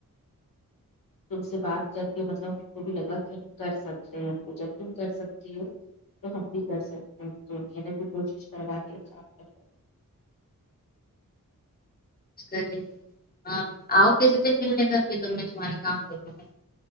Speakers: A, on the left; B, on the left.
A: تم سے بات کر کے مطلب ان کو بھی لگا کہ ہم کر سکتے ہیں جب تم کر سکتی ہو تو ہم بھی کر سکتے ہیں تو میرے بھی کوشش کروا کے کام کروا
B: کر ہاں آؤ کیسے دن ملنے گھر پہ تو میں تمہارا کام کروںا